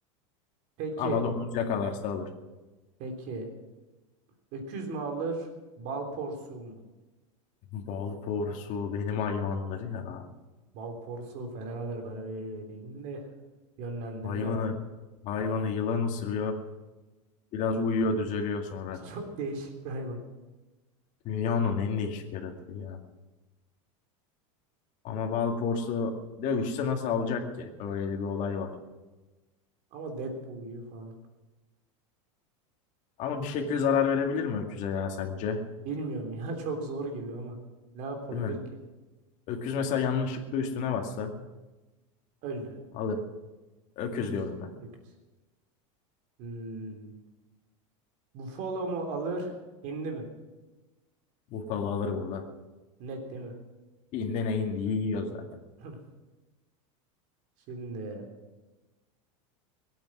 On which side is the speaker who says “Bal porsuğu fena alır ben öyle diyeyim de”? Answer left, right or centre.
Right